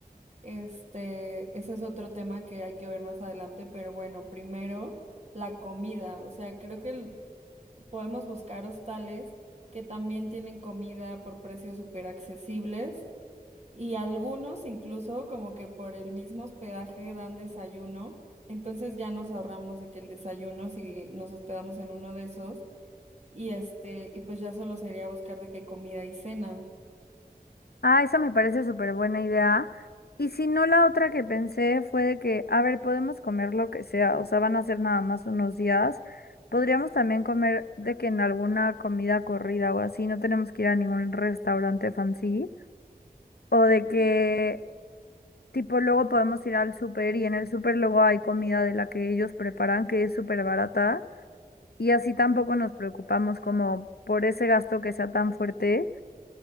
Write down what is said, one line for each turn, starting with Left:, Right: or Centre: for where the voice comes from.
Right: este, ese es otro tema que hay que ver más adelante, pero bueno, primero la comida, o sea, creo que el- podemos buscar hostales que también tienen comida por precios súper accesibles Y algunos incluso como que por el mismo hospedaje dan desayuno, entonces ya nos ahorramos de que el desayuno si nos hospedamos en uno de esos y este y pues ya solo sería buscar de qué comida y cena.
Left: Ah, esa me parece súper buena idea. Y si no, la otra que pensé fue de que, a ver, podemos comer lo que sea, o sea, van a ser nada más unos días. Podríamos también comer de que en alguna comida corrida o así, no tenemos que ir a ningún restaurante fancy. O de que, tipo, luego podemos ir al súper y en el súper luego hay comida de la que ellos preparan que es súper barata. Y así tampoco nos preocupamos como por ese gasto que sea tan fuerte.